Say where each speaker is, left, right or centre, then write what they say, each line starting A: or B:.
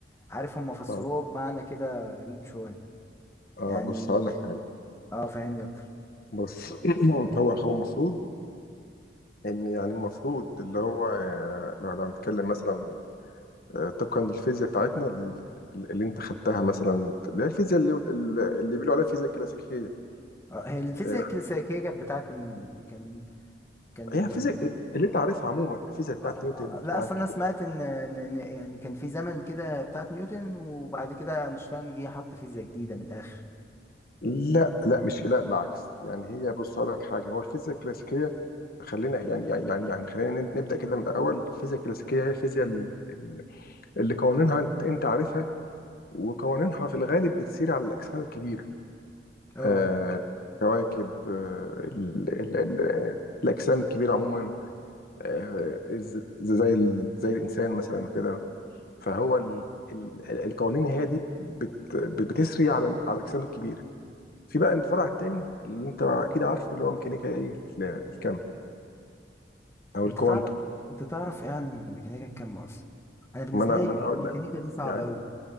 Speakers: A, on the left; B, on the left.
A: عارف هم فسروها
B: طيب
A: بمعنى كده غريب شوية
B: اه
A: يعني
B: بص هقول لك حاجه
A: اه فهمني اكتر
B: بص <coughs> <clears throat> هو هو المفروض ان يعني المفروض اللي هو آه، لو لو هنتكلم مثلا آه، طبقا للفيزياء بتاعتنا ال- ال- اللي انت خدتها مثلا اللي هي الفيزياء اللي اللي بيقولوا عليها فيزياء كلاسيكيه
A: آه، هي الفيزياء
B: آه،
A: الكلاسيكية كانت بتاعت مين كان كان
B: هي فيزياء اللي انت عارفها عموما الفيزياء بتاعت
A: آه،
B: نيوتن
A: آه، لا
B: بتاعت
A: اصل انا سمعت ان إن- إن يعني كان في زمن كده بتاعت نيوتن وبعد كده اينشتاين جه حط فيزياء جديده من الاخر
B: لا لا مش لا بالعكس يعني هي بص أقول لك حاجه هو الفيزياء الكلاسيكيه خلينا يعني يعني يعني يعني خلينا ن- نبدا كده من الاول الفيزياء الكلاسيكيه هي الفيزياء ال- ال- اللي قوانينها انت انت عارفها وقوانينها في الغالب بتسير على الاجسام الكبيره
A: اه
B: آه كواكب آه ال ال ال الاجسام الكبيره عموما آه ز- زي ال- زي الانسان مثلا وكده فهو ال- ال- القوانين هي دي بت بتسري على ال- على الاجسام الكبيره في بقى الفرع التاني اللي انت اكيد عارفه اللي هو ميكانيكا ايه ال- الكم او
A: انت
B: الكوانتم
A: تعرف انت تعرف ايه عن ميكانيكا الكم اصلا انا بالنسبه
B: ما انا
A: لي
B: ما انا هقول
A: الميكانيكا
B: لك
A: دي صعبه
B: يعني
A: قوي